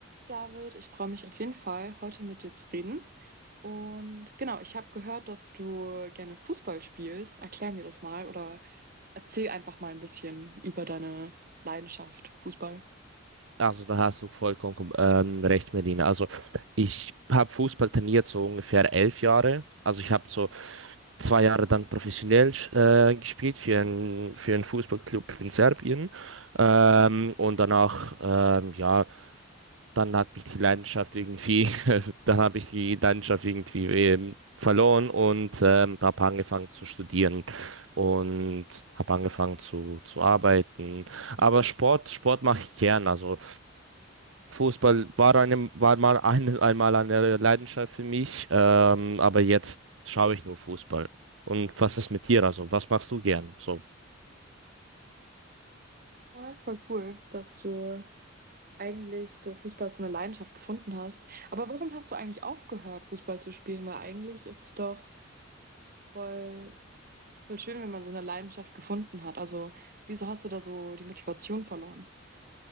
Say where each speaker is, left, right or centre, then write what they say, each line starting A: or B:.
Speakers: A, on the right; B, on the right.
A: David, ich freue mich auf jeden Fall, heute mit dir zu reden. Und genau, ich habe gehört, dass du gerne Fußball spielst. Erklär mir das mal oder erzähl einfach mal ein bisschen über deine Leidenschaft Fußball.
B: Also da hast du vollkommen kom- ähm, recht, Melina. Also ich habe Fußball trainiert so ungefähr elf Jahre. Also ich habe so zwei Jahre dann professionell äh, gespielt für einen für einen Fußballclub in Serbien. Ähm, und danach, ähm, ja, dann hat mich die Leidenschaft irgendwie, <laughs> dann habe ich die Leidenschaft irgendwie ähm, verloren und ähm, habe angefangen zu studieren und habe angefangen zu, zu arbeiten. Aber Sport, Sport mache ich gern. Also Fußball war, eine, war mal ein, einmal eine Leidenschaft für mich, ähm, aber jetzt schaue ich nur Fußball. Und was ist mit dir? Also, was machst du gern? So,
A: Ja, voll cool, dass du eigentlich so Fußball zu einer Leidenschaft gefunden hast. Aber warum hast du eigentlich aufgehört, Fußball zu spielen? Weil eigentlich ist es doch voll, voll schön, wenn man so eine Leidenschaft gefunden hat. Also, wieso hast du da so die Motivation verloren?